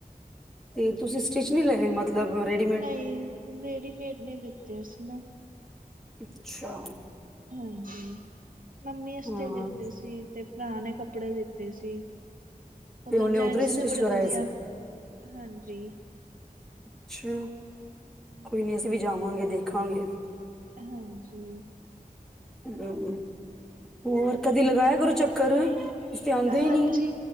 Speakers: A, in the centre; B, on the right.
A: ਤੇ ਤੁਸੀਂ ਸਟਿਚ ਨੀ ਲੈ ਮ ਮਤਲਬ ਰੈਡੀ
B: ਨਹੀਂ ਰੇਡੀਮੇਡ ਨੇ ਮਿਲਤੇ ਸੀਂ ਨਾ
A: ਅੱਛਾ
B: ਹਾਂਜੀ ਮੰਮੀ ਵਾਸਤੇ
A: ਹਾਂ
B: ਲਿੱਤੇ ਸੀ ਤੇ ਭਰਾ ਨੇ ਕੱਪੜੇ ਦਿੱਤੇ ਸੀ ਉਧਰ
A: ਤੇ ਉਹਨੇ ਉੱਧਰੋਂ
B: ਜੈਂਟਸ
A: ਹੀ ਸਟਿਚ
B: ਦੇ ਬੜੇ
A: ਕਰਾਏ
B: ਵਧੀਆ
A: ਸੀ?
B: ਹਾਂਜੀ
A: ਅੱਛਾ
B: ਹਾਂਜੀ।
A: ਕੋਈ ਨੀ ਅਸੀਂ ਵੀ ਜਾਵਾਂਗੇ ਦੇਖਾਂਗੇ
B: ਹਾਂਜੀ
A: ਹੂ ਹੋਰ ਕਦੀ ਲਗਾਇਆ ਕਰੋ ਚੱਕਰ ਤੁਸੀਂ ਤੇ ਆਂਦੇ ਹੀ
B: ਹਾਂਜੀ
A: ਨੀ।